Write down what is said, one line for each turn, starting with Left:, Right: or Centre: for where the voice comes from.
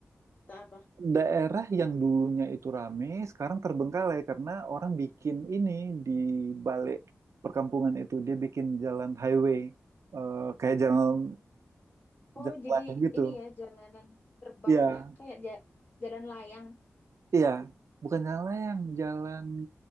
Left: atau apa?
Right: Daerah yang dulunya itu rame sekarang terbengkalai karena orang bikin ini di balik perkampungan itu dia bikin jalan highway eh, kayak jalan
Left: Oh,
Right: jalan
Left: jadi
Right: layang gitu.
Left: ini ya jalanan terbang
Right: Iya,
Left: apa kayak ja- jalan layang.
Right: iya, bukan jalan layang, jalan